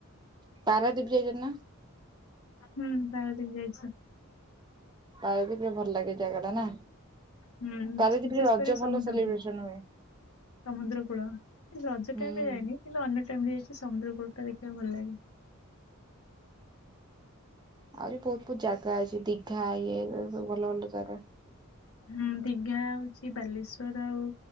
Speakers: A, on the right (about 20°); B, on the left (about 80°).
A: ହଁ ପାରାଦୀପ ଯାଇଚନା
B: ହୁଁ ପାରାଦିପ୍ ଯାଇଛ
A: ପାଇବି ପ ଭଲ ଲାଗେ ଜାଗା ଟା ନା
B: ହୁଁ
A: କାର
B: ବିଶେଷ
A: ଦପରେ ରଜ
B: କରି ସମୁଦ୍ର
A: ଭଲ ସେଲିବ୍ରେସନ
B: କୂଳ।
A: ହୁଏ
B: ସମୁଦ୍ର କୂଳ ଏ ରଜ
A: ହୁଁ
B: ଟାଇମ ରେ ଯାଇନି କିନ୍ତୁ ଅନ୍ୟ ଟାଇମ ରେ ଯାଇଛି ସମୁଦ୍ର କୂଳ ଟା ଦେଖିବାକୁ ଭଲ ଲାଗେ
A: ଆହୁରି ବହୁତ ବହୁତ ଜାଗା ଅଛି ଦିଘା ଇଏ ସବୁ ଭଲ ଭଲ ଜାଗା
B: ହୁଁ ଦୀଘା ହଉଛି ବାଲେଶ୍ଵର ଆଉ